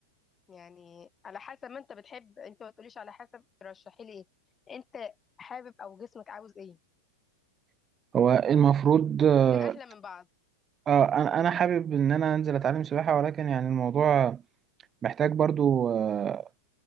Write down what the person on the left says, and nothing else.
يعني على حسب ما انت بتحب انت ما تقوليش على حسب ترشحي لي ايه انت حابب او جسمك عاوز ايه
الاتنين احلى من بعض